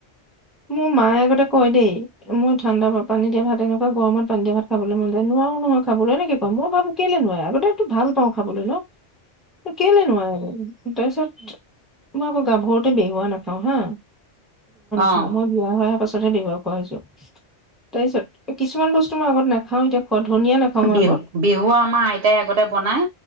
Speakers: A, in the centre; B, on the right.
A: মোৰ মায়ে আগতে কয় দেই মই ঠাণ্ডা পানী দিয়া ভাত এনেকুৱা গৰম পানী দিয়া ভাত খাবলৈ মন যায় নোৱাৰো নহয় খাবলৈ এনেকে কয় মই ভাবো কেলে কেলে নোৱাৰে আগতেটো ভাল পাওঁ খাবলৈ ন কেলে নোৱাৰিম তাৰপিছত মই আকৌ গাভৰুতে বেহুৱা নাখাও হা
B: অ অ
A: খাওঁ মই বিয়া হৈ অহা পাছত পিছতহে বেহুৱা খোৱা হৈছো তাৰপিছত কিছুমান বস্তু মই আগত নাখাও এতিয়া খোৱা ধনিয়া নাখাওঁ মই
B: বেহু
A: আগত
B: বেহুৱা আমাৰ আইতাই আগতে বনাই